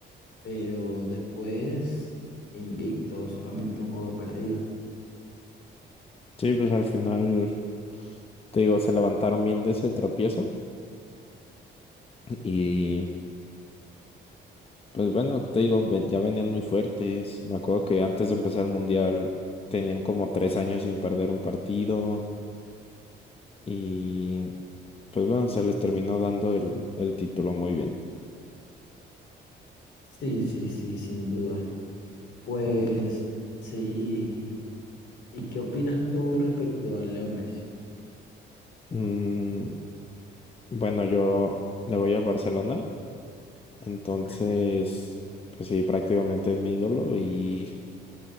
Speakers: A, on the left (about 60°); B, on the left (about 30°).
A: pero después invicto, solamente un juego perdido.
B: Sí, pues al final, te digo, se levantaron bien de ese tropiezo y pues bueno, te digo, ve- ya venían muy fuertes. Me acuerdo que antes de empezar el mundial tenían como tres años sin perder un partido y pues bueno, se les terminó dando el, el título muy bien.
A: Sí, sí, sí, sin duda. Pues sí, ¿y qué opinas tú respecto a Leo Messi?
B: Mm, bueno, yo le voy al Barcelona, entonces,
A: Ok.
B: pues sí, prácticamente es mi ídolo y